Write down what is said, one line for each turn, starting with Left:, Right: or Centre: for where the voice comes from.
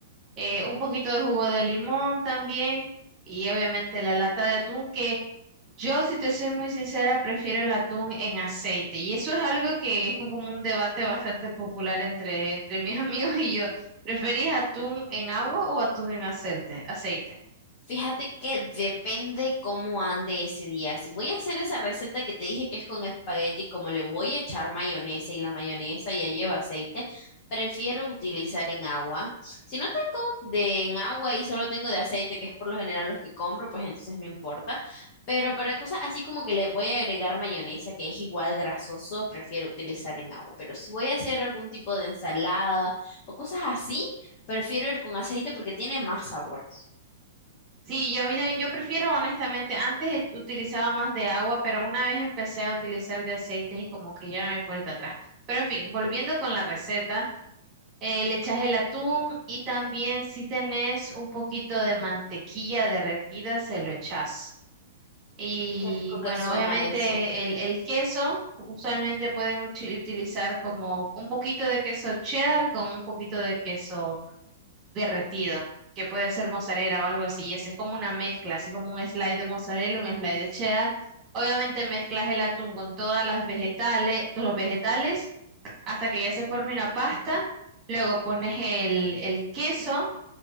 Right: Eh, un poquito de jugo de limón también y obviamente la lata de atún que yo, si te soy muy sincera, prefiero el atún en aceite. Y eso es algo que es un- como un debate bastante popular entre, entre mis <laughs> amigos y yo. ¿Preferís atún en agua o atún en aceite? Aceite.
Left: Fíjate que depende cómo ande ese día. Si voy a hacer esa receta que te dije que es con espagueti, como le voy a echar mayonesa y la mayonesa ya lleva aceite, prefiero utilizar en agua. Si no tengo de en agua y solo tengo de aceite, que es por lo general los que compro, pues entonces no importa. Pero para cosas así como que le voy a agregar mayonesa, que es igual grasoso, prefiero utilizar en agua. Pero si voy a hacer algún tipo de ensalada o cosas así, prefiero el con aceite porque tiene más sabor.
Right: Sí, yo a mí también, yo prefiero honestamente, antes he- utilizaba más de agua, pero una vez empecé a utilizar de aceite y como que ya no hay vuelta atrás. Pero en fin, volviendo con la receta, eh, le echas el atún y también si tenés un poquito de mantequilla derretida, se lo echas. Y
Left: Qué rico que
Right: bueno,
Left: suena
Right: obviamente
Left: eso.
Right: el, el queso, usualmente pueden uchi- utilizar como un poquito de queso cheddar con un poquito de queso derretido, que puede ser mozzarella o algo así, y ese es como una mezcla, así como un slide de mozzarella, un slide de cheddar. Obviamente mezclas el atún con todas las vegetales, todos los vegetales, hasta que ya se forme una pasta. Luego pones el, el queso